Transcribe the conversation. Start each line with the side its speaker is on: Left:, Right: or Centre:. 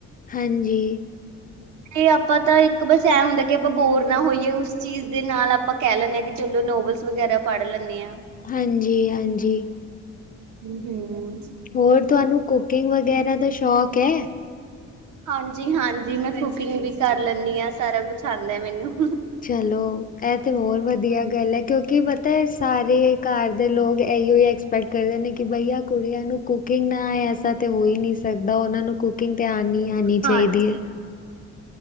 Left: ਹਾਂਜੀ।
Right: ਤੇ ਆਪਾਂ ਤਾਂ ਇੱਕ ਬਸ ਇਹ ਹੁੰਦਾ ਕਿ ਆਪਾਂ ਬੋਰ ਨਾ ਹੋਈਏ ਉਸ ਚੀਜ਼ ਦੇ ਨਾਲ ਆਪਾਂ ਕਹਿ ਲੈਂਦੇ ਹਾਂ ਕਿ ਚਲੋ ਨੋਵਲਸ ਵਗੈਰਾ ਪੜ੍ਹ ਲੈਂਦੇ ਹਾਂ।
Left: ਹਾਂਜੀ ਹਾਂਜੀ।
Right: ਹਮ।
Left: ਹੋਰ ਤੁਹਾਨੂੰ ਕੁਕਿੰਗ ਵਗੈਰਾ <inaudible> ਸ਼ੋਕ ਹੈ?
Right: ਹਾਂਜੀ ਹਾਂਜੀ ਮੈਂ ਕੁਕਿੰਗ ਵੀ ਕਰ ਲੈਂਨੀਂ ਹਾਂ ਸਾਰਾ ਕੁਛ ਆਉਂਦਾ ਮੈਨੂੰ।
Left: ਚਲੋ ਇਹ ਤੇ ਹੋਰ ਵਧੀਆ ਗੱਲ ਏ ਕਿਉਂਕਿ ਤੇ ਸਾਰੇ ਘਰ ਦੇ ਲੋਕ ਇਹੀੋ ਈ ਐਕਸਪੈਕਟ ਕਰਦੇ ਨੇ ਕਿ ਬਈਆ ਕੁੜੀਆਂ ਨੂੰ ਕੁਕਿੰਗ ਨਾ ਆਏ ਐਸਾ ਤਾਂ ਹੋ ਹੀ ਨਹੀਂ ਸਕਦਾ ਉਹਨਾਂ ਨੂੰ ਕੁਕ ਕੁਕਿੰਗ ਤੇਆ ਨਹੀਂ ਆਉਣੀ
Right: ਹਾਂਜੀ
Left: ਚਾਹੀਦੀ ਹੈ।